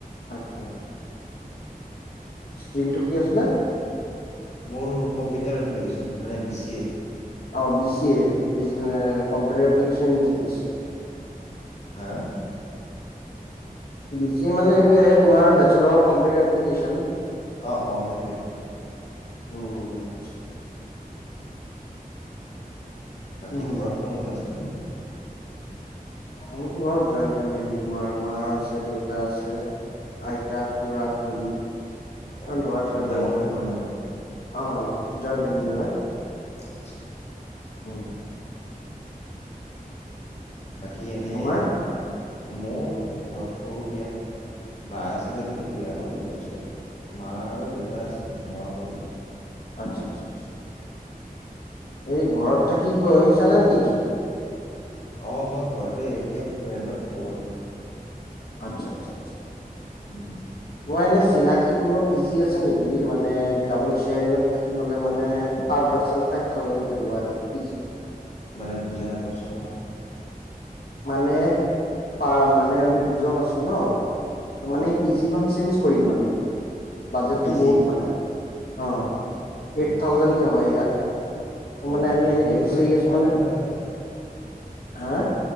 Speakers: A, on the left (about 85°); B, on the left (about 45°).
A: আচ্ছা। ষ্টিম টো কি আছিলে?
B: মোৰ কম্পিউটাৰ এপ্লিকেশ্যন, মানে বি চি এ।
A: অ' বিচিএ এ কম্পিউটাৰ এপ্লিকেশ্বন বিজনেছ।
B: হা
A: বিচিএ মানে এইটোয়ে তোমাৰ ব্ৰেচলেটৰ অ' কম্পিটেৰ এপ্লিকেশ্বন।
B: অঁ অঁ সেইটোৱে
A: অ' আচ্ছা।
B: বাকী
A: উম।
B: ঘৰত কোন কোন আছে?
A: মোৰতো ঘৰত জইণ্ট ফেমিলি তোমাৰ মা আছে, দেউতা আছে। আইতা, খুড়া-খুড়ী
B: অঁ
A: আৰু ল'ৰা-ছোৱালী
B: এই ডাঙৰ
A: আৰু মই।
B: ফেমিলি মানে
A: অ' জইণ্ট ফেমিলি হয়।
B: আচ্ছা।
A: অ'
B: বাকী এনেই
A: তোমাৰ
B: মোৰ ঘৰত সৰু দিয়া। বা আছিল এজনী বিয়া হ'ল, তাৰপিছত মা আৰু দেউতা আছে মই অক'লে।
A: আচ্ছ আচ্ছা। এই ঘৰত থাকি পঢ়িছা নাই পিগী? <unintelligible>
B: অ' মই ঘৰতে, এতিয়া ৰেণ্টত থাকো বাৰু।
A: আচ্ছা, আচ্ছা, আচ্ছা।
B: উম' <unintelligible>
A: অ' এনে চিনাকি কোনোবা পি জি আছে নেকি? মানে ডাবোল চেয়াৰিনত থাকিবলৈ মানে ফাইভ পাৰ্চেন্ট ফাইভ থাউজেণ্ডকে লোৱা এনেকে পি জি।
B: মানে বুজা নাই, কোৱাচোন।
A: মানে-মানে, আমি দুজন আছো ন। ত' মানে
B: অঁ
A: এই পি জিখন চেঞ্জ কৰিম মানে বাজেটটো
B: পি জি
A: বহুত মানে অঁ, এইট
B: অঁ
A: থাউজেণ্ডক হয় ইয়াত। ত'
B: অঁ
A: মানে আমি এনেকে
B: উলুবাৰীত
A: বিচাৰি
B: তোমাৰ
A: আছো মানে
B: সিমানেই থাকে
A: হা